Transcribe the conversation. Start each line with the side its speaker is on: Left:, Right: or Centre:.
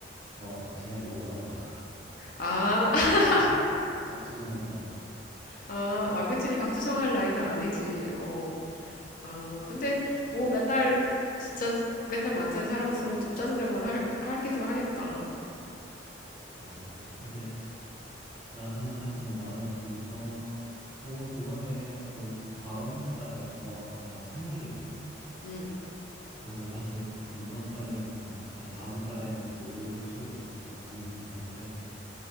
Right: 어, 그냥 먹으라고.
Left: 아, <laughs>
Right: <laughs> 법 지정한다고.
Left: 아, 아, 그치. 밥투정 할 나이는 아니지. 어, 아, 근데 뭐 맨날, 진짜 맨날 만드는 사람으로서는 좀 짜증날 만 할, 하기도 하겠다.
Right: 맞아. 그렇게. 근데 나는 하여튼 나는 이번 오, 이번에 곧 다음 달에 엄마 엄마 생일이거든.
Left: 음.
Right: 그래서 사실 이번 달에는 아니 다음 달에는 뭘 해줘야 될지 좀 고민이긴 한데